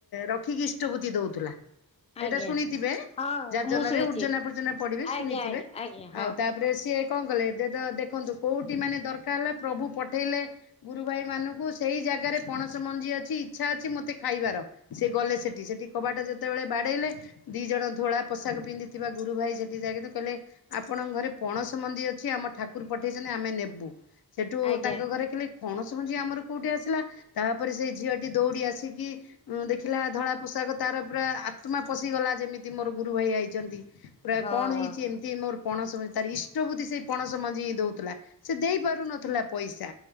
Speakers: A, on the left; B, on the left.
A: ରଖିକି ଇଷ୍ଟବୃତି ଦଉଥିଲା।
B: ଆଜ୍ଞା
A: ଏଇଟା ଶୁଣିଥିବେ।
B: ହଁ
A: ଯାଜନରେ
B: ମୁଁ ଶୁଣିଛି
A: ଉର୍ଜନା ଫୁର୍ଜନା ପଢିବେ
B: ଆଜ୍ଞା
A: ଶୁଣିଥିବେ
B: ଆଜ୍ଞା ଆଜ୍ଞା ହଁ
A: ଆଉ ତା ତା'ପରେ ସିଏ କଣ କଲେ, ଯେ ଯ ଦେଖନ୍ତୁ କଉଁଠି ମାନେ ଦରକାର ହେଲା ପ୍ରଭୁ ପଠେଇଲେ ଗୁରୁ ଭାଇ ମାନଙ୍କୁ ସେଇ ଜାଗାରେ ପଣସ ମଞ୍ଜି ଅଛି ଇଚ୍ଛା ଅଛି ମତେ ଖାଇବାର। ସେ ଗଲେ ସେଠି ସେଠି କବାଟ ଯେତେବେଳେ ବାଡେଇଲେ ଦି ଜଣ ଧୋଳା ପୋଷାକ ପିନ୍ଧି ଥିବା ଗୁରୁ ଭାଇ ସେଠି ଯାଇକିତ କହିଲେ ଆପଣଙ୍କ ଘରେ ପଣସ ମଞ୍ଜି ଅଛି ଆମ ଠାକୁର ପଠେଇଚନ୍ତି ଆମେ ନେବୁ। ସେଠୁ
B: ଆଜ୍ଞା
A: ତାଙ୍କ ଘରେ ଖିଲେ ପଣସ ମଞ୍ଜି ଆମର କୋଉଠି ଆସିଲା ତାପରେ ସେଇ ଝିଅଟି ଦୌଡି ଆସିକି ଉଁ ଦେଖିଲା ଧଳା ପୋଷାକ ତାର ପୁରା ଆତ୍ମା ପଶି ଗଲା ଯେମିତି ମୋର ଗୁରୁ ଭାଇ ଆଇଚନ୍ତି। ପୁରା
B: ହଁ
A: କଣ ହେଇଚି ଏମିତି ମୋର ପଣସ ତାରି ଇଷ୍ଟ ବୁତି ସେଇ ପଣସମଞ୍ଜି ଦଉଥିଲା ସେ ଦେଇ ପାରୁନ ଥିଲା ପଇସା